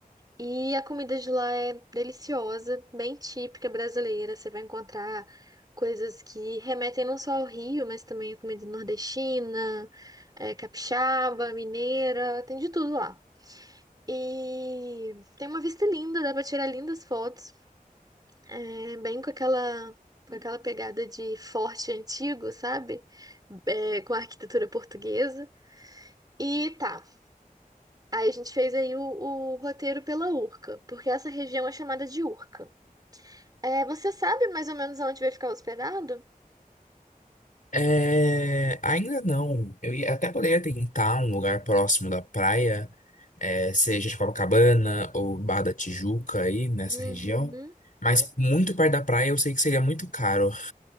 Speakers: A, on the right (about 25°); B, on the left (about 60°).
A: E a comida de lá é deliciosa, bem típica brasileira. Você vai encontrar coisas que remetem não só ao Rio, mas também a comida nordestina, eh, capixaba, mineira, tem de tudo lá. E tem uma vista linda, dá pra tirar lindas fotos. É, bem com aquela, com aquela pegada de forte antigo, sabe? É, com a arquitetura portuguesa. E tá, aí a gente fez aí o, o roteiro pela Urca, porque essa região é chamada de Urca. É, você sabe mais ou menos onde vai ficar hospedado?
B: É, ainda não. Eu ia- até poderia tentar um lugar próximo da praia, é, seja de Copacabana ou Barra da Tijuca aí nessa
A: Uhum.
B: região. Mas muito perto da praia eu sei que seria muito caro.